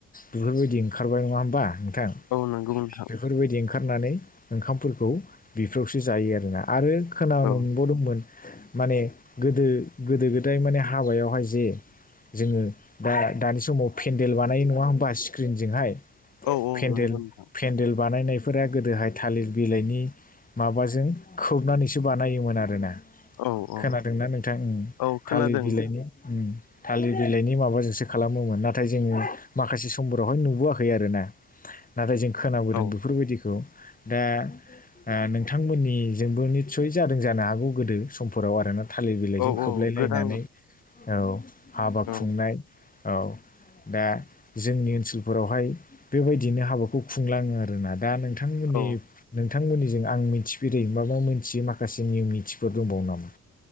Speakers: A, on the left; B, on the left.
A: बेफोरबायदि ओंखारबाय नङा होमबा नोंथां।
B: औ नंगौ नोंथां।
A: बेफोरबायदि ओंखारनानै ओंखामफोरखौ बेफ्रावसो जायो आरोना आरो खोनानो
B: औ
A: मोनबावदोंमोन माने गोदो-गोदो-गोदाय माने हाबायावहाय जे जोङो दा दानि समाव पेन्देल बानायो नङा होमबा स्क्रिनजोंहाय
B: औ औ
A: पेन्देल
B: नंगौ।
A: पेन्देल
B: नोंथां
A: बानायनायफोरा गोदोहाय थालिर बिलाइनि माबाजों खोबनानैसो बानायोमोन आरोना
B: औ
A: खोनादोंना
B: औ
A: नोंथां
B: औ खोनादों
A: थालिर बिलाइनि
B: नोंथां
A: थालिर बिलाइनि माबाजोंसो खालामोमोन नाथाय जोङो माखासे समफोरावहाय नुबोआखै आरोना ।
B: <inaudible>
A: नाथाय जों खोनाबोदों
B: औ
A: बेफोरबायदिखौ दा ओ नोंथांमोननिजोंबो नितसय जादों जानो हागौ गोदो समफोराव आरोना। थालिर बिलाइजों
B: औ
A: खोबलाय
B: औ
A: लायनानै
B: गोदान
A: औ हाबा
B: औ
A: खुंनाय। औ दा जोंनि ओनसोलफोरावहाय बेबायदिनो हाबाखौ खौ खुंलाङो आरोना दा नोंथांमोननि
B: औ
A: नों नोंथांमोननिजों आं मिथिफेरै माबा मोनथियै माखासे नियम नितिफोर दंबावो नामा?